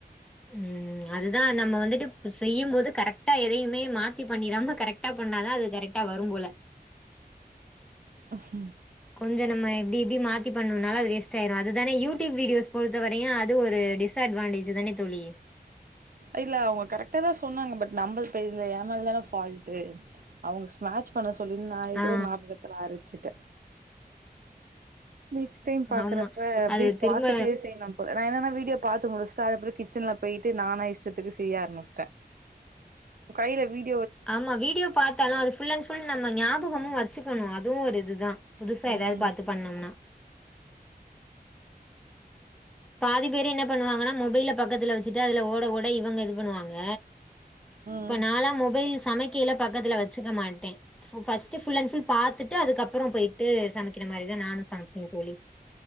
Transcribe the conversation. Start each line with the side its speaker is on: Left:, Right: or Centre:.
Centre: ம் அதுதா நம்ம வந்துட்டு செய்யும் போது கரெக்டா எதையுமே மாத் தி பண்ணிராம கரெக்டா பண்ணாதா அது கரெக்டா வரு போல
Right: ஆஹா
Centre: கொஞ்ச நம்ம எப்டி எப்டி மாத்தி பண்ணுனால அது வேஸ்ட் ஆயிரு அதுதானே யூடியூப் வீடியோஸ் பொறுத்தவரையு அது ஒரு டிஸ்அட்வான்டேஜ் தானே தோழி
Right: இல்ல அவங்க கரெக்டா தா சொ சொன்னாங்க பட் நம்மல் இந்த ஏ மேல தான ஃபால்ட்டு அவங்க ஸ்மாட்ச் பண்ண சொல்லி நா எதோ
Centre: ஆ
Right: ஒரு ஞாபகத்துல அரச்சுட்ட நெக்ஸ்ட் டைம் பாக்குறப்ப
Centre: ஆமா
Right: அப்டியே
Centre: அது திரும்ப
Right: பாத்துட்டே செய்யணுப்ப நா என்னனா வீடியோ பாத்து முடிச்ட்டு அதுகப்றோ கிச்சன்ல போய்ட்டு நானா இஷ்டத்துக்கு செய்ய ஆரம்மிஸ்ட்ட கைல வீட்
Centre: ஆமா வீடியோ பாத்தாலு அது ஃபுல் அண்ட் ஃபுல் நம்ம ஞாபகமு வச்சுக்கனு அதுவு ஒரு இதுதா புதுசா
Right: ம்
Centre: ஏதாவது பாத்து பண்ணம்னா பாதி பேர் என்ன பண்ணுவாங்கனா மொபைல பக்கத்துல வச்சிட்டு அதுல ஓட ஓட இவுங்க எதுக்கு பண்ணுவாங்க
Right: ம்
Centre: இப்ப நாலா மொபைல்ஸ் சமைக்கயில பக்கத்துல வச்சுக்க மாட்டே ஃபோ ஃபஸ்ட் ஃபுல் அண்ட் ஃபுல் பாத்துட்டு அதுக்கப்புறோ போயிட்டு சமைக்கிற இந் மாரிதா நானு சாப்டே தோழி